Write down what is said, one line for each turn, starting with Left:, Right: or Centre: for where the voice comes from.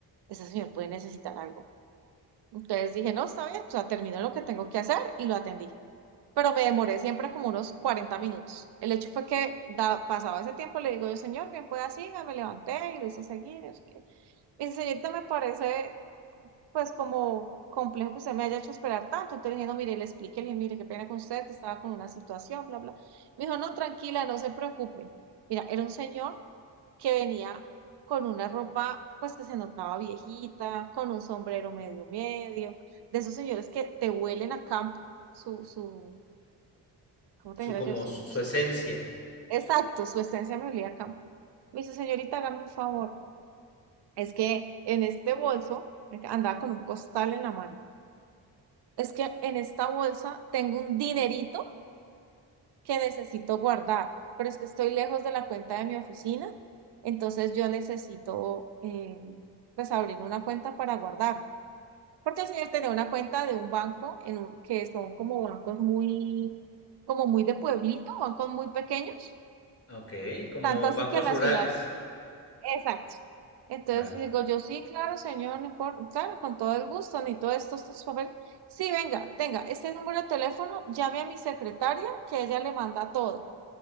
Right: ese señor puede necesitar algo. Entonces dije, no, está bien, o sea, termino lo que tengo que hacer y lo atendí. pero me demoré siempre como unos 40 minutos. El hecho fue que da- pasaba ese tiempo, le digo yo, señor, bien pueda siga, me levanté y lo hice seguir. Es que... Me dice, señorita, me parece pues como complejo que usted me haya hecho esperar tanto. Entonces le dije, no, mire, le expliqué, le dije, mire, qué pena con usted, que estaba con una situación, bla, bla. Me dijo, no, tranquila, no se preocupe. Mira, era un señor que venía con una ropa pues que se notaba viejita, con un sombrero medio medio, de esos señores que te huelen a campo su, su, como
Left: Su
Right: te dijera
Left: como
Right: yo, sus...
Left: su esencia.
Right: Exacto, su esencia me olía a campo. Me dice, señorita, hágame un favor. Es que en este bolso, andaba con un costal en la mano. Es que en esta bolsa tengo un dinerito que necesito guardar, pero es que estoy lejos de la cuenta de mi oficina, entonces yo necesito, eh, pues, abrir una cuenta para guardarlo. Porque el señor tenía una cuenta de un banco en un- que son como bancos muy, como muy de pueblito, bancos muy pequeños,
Left: Ok, como
Right: tanto así
Left: bancos
Right: que en la
Left: rurales.
Right: ciudad Exacto. Entonces
Left: Vale.
Right: digo yo, sí, claro, señor, no importa, claro, con todo el gusto, ni todo esto estos papeles. Sí, venga, tenga, este número de teléfono, llame a mi secretaria, que ella le manda todo.